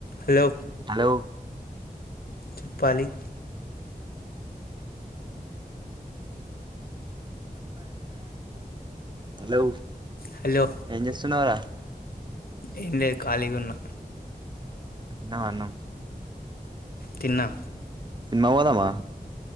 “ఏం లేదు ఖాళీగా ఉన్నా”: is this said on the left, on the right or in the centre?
Left